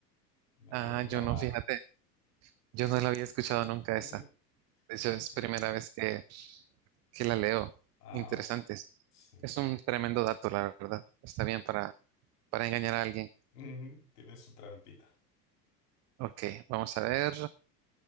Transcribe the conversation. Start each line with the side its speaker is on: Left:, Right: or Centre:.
Left: me
Right: Ah,
Left: quedó grabado.
Right: yo no, fíjate, yo no la había escuchado nunca
Left: <laughs>
Right: esa. De hecho, es
Left: Sí,
Right: primera vez que, que la leo.
Left: ah,
Right: Interesante.
Left: bueno,
Right: Es
Left: sí.
Right: es un tremendo dato, la verdad. Está bien para, para engañar a alguien.
Left: Ujú, Tiene su trampita.
Right: Ok, vamos a ver.